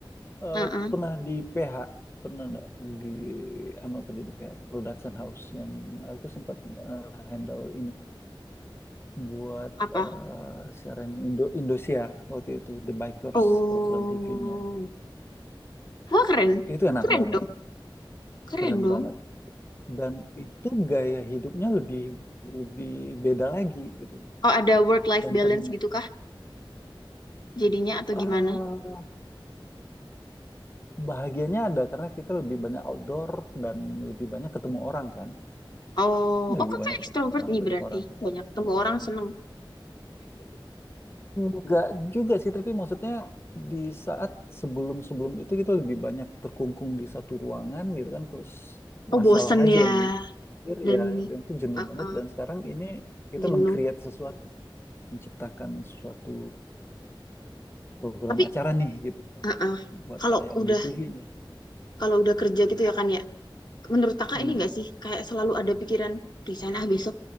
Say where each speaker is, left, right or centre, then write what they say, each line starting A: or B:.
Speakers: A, on the left; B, on the left.
A: eh,
B: uh-uh.
A: pernah di PH pernah nggak di ama kerja di PH production house yang aku sempat eh, handle ini buat
B: apa
A: eh, siarannya Indo Indosiar waktu itu The Bikers
B: oh
A: program TV-nya
B: wah keren
A: itu enak
B: keren
A: banget
B: dong keren
A: keren
B: dong
A: banget dan itu gaya hidupnya lebih lebih beda lagi gitu
B: oh ada work life
A: dan
B: balance
A: ternyata
B: gitu kah jadinya atau
A: ah,
B: gimana
A: bahagianya ada karena kita lebih banyak outdoor dan lebih banyak ketemu orang kan
B: Oh,
A: lebih
B: oh kakak
A: banyak
B: ekstrovert
A: ketemu orang
B: nih
A: banyak
B: berarti.
A: orang
B: Banyak temu orang seneng.
A: Enggak juga sih, tapi maksudnya di saat sebelum-sebelum itu kita lebih banyak terkungkung di satu ruangan gitu kan, terus
B: Oh,
A: masalah
B: bosen
A: aja
B: ya.
A: yang hadir,
B: Dan
A: ya dan itu jenuh
B: uh,
A: banget
B: uh,
A: dan sekarang ini kita
B: jenuh.
A: meng-create sesuatu, menciptakan suatu program
B: Tapi
A: acara nih gitu
B: uh, uh,
A: buat
B: kalau
A: tayang
B: udah
A: di TV nih.
B: kalau udah kerja gitu ya kan ya. Menurut kakak
A: Hmm.
B: ini nggak sih? Kayak selalu ada pikiran resign ah besok.